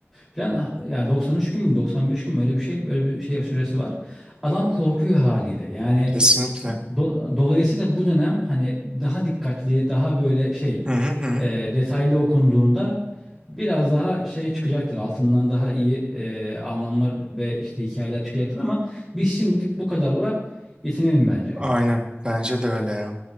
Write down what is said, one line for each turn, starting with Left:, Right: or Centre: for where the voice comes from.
Centre: Plan yani 93 gün mü 95 gün mü öyle bir şey öyle bir şey süresi var. Adam korkuyor haliyle. Yani
Right: Kesinlikle.
Centre: Do- Dolayısıyla bu dönem hani daha dikkatli, daha böyle şey
Right: Hı hı hı. hı.
Centre: e, detaylı okunduğunda biraz daha şey çıkacaktır. Altından daha iyi e, anlamlar ve işte hikayeler çıkacaktır ama biz şimdilik bu kadarla yetinelim bence.
Right: Aynen bence de öyle ya.